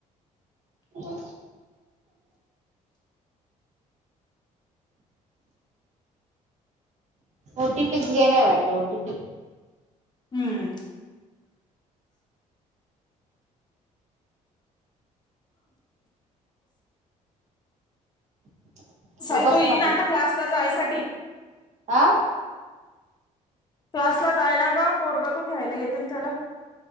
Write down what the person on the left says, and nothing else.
हम्म
साई
तो येई ना
आता क्लासला जायसाठी
क्लासला जायला ग पोरगा तो घ्यायला येते ना त्याला